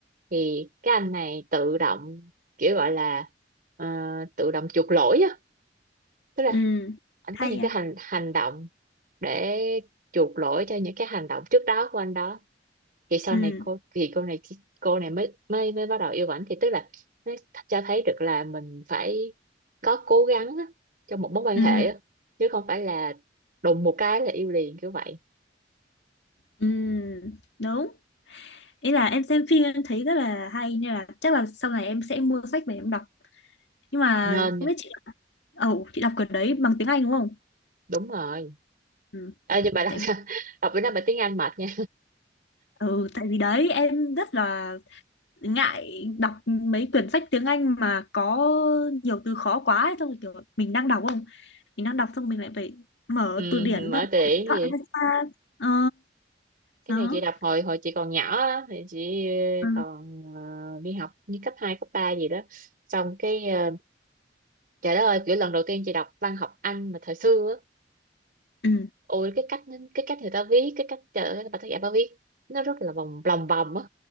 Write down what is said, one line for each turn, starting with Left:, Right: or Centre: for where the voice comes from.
Right: thì cái anh này tự động kiểu gọi là ờ, tự động chuộc lỗi á tức là
Left: ừ,
Right: anh
Left: hay
Right: có những cái
Left: à?
Right: hành hành động để chuộc lỗi cho những cái hành động trước đó của anh đó thì sau
Left: Ừ,
Right: này cô thì cô này cô này mới mới mới bắt đầu yêu ảnh thì tức là nó cho thấy được là mình phải có cố gắng á, trong một mối quan
Left: ừ,
Right: hệ á, chứ không phải là đùng một cái là yêu liền kiểu vậy
Left: ừ, đúng. Ý là em xem phim em thấy rất là hay nên là chắc là sau này em sẽ mua sách về em đọc. Nhưng mà
Right: nên nha,
Left: không biết chị, ồ, chị đọc quyển đấy bằng tiếng Anh đúng không?
Right: đúng rồi
Left: Ừ.
Right: à, nhưng bà đọc
Left: Tại
Right: sao <laughs> đọc bữa nay bà tiếng Anh mệt nha
Left: ừ, tại vì đấy em rất là ngại đọc mấy quyển sách tiếng Anh mà có nhiều từ khó quá ấy. Xong rồi kiểu mình đang đọc không mình đang đọc xong mình lại phải mở
Right: <laughs> ừ,
Left: từ điển
Right: mở
Left: ra mở
Right: từ điển
Left: điện thoại
Right: gì
Left: ra xa ờ
Right: cái
Left: nó
Right: này chị đọc hồi hồi chị còn nhỏ á, thì chị ờ,
Left: ừ
Right: còn ờ, đi học như cấp 2 cấp 3 gì đó xong cái ờ, trời đất ơi kiểu lần đầu tiên chị đọc văn học Anh mà thời xưa á,
Left: ừ
Right: ôi cái cách cái cách người ta viết cái cách ờ, bà tác giả bà viết nó rất là vòng lòng vòng á